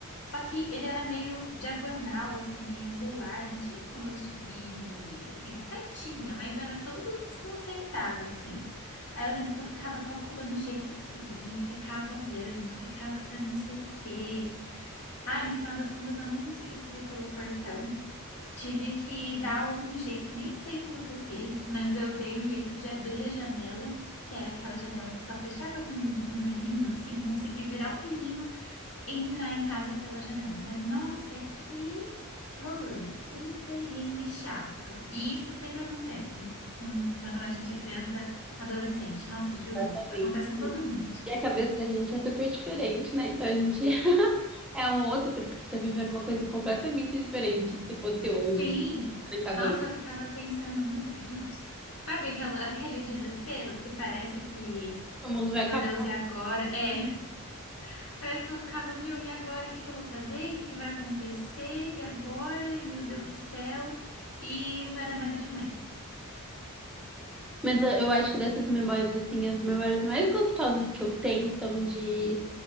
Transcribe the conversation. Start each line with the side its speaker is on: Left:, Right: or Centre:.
Left: Só que ele era meio diagonal, assim, meio angular. Não tinha como eu subir nele. Assim, até tinha, mas era todo desconcertado, assim. Aí eu lembro que eu ficava calculando o jeito de subir, ficava olhando, ficava fazendo não sei o quê. Ai, no final das contas, eu não consegui subir pelo portão. Tive que dar um jeito, nem sei como que eu fiz, mas eu dei um jeito de abrir a janela, que era aquela janela que só fechava com um um pininho, sim, consegui virar o pininho e entrar em casa pela janela. Mas nossa, que rolê, que perrengue chato. E isso sempre acontece com- quando a gente é criança, adolescente. Nossa, juro,
Centre: Exatamente.
Left: acontece com todo mundo.
Centre: E a cabeça da gente é super diferente, né? Então a gente <laughs> é um outro, parece que a gente tá vivendo uma coisa completamente diferente do que se fosse hoje.
Left: Sim,
Centre: Trancador.
Left: nossa, eu ficava pensando, meu Deus, sabe aquela- <laughs> aquele desespero que parece que,
Centre: O mundo vai
Left: meu
Centre: acabar.
Left: Deus, e agora? É, <laughs> parece que eu ficava, meu, e agora? O que que eu vou fazer? O que que vai acontecer? E agora? E meu Deus do céu, e não era nada demais.
Centre: Mas eh, eu acho que dessas memórias, assim, as memórias mais gostosas que eu tenho são de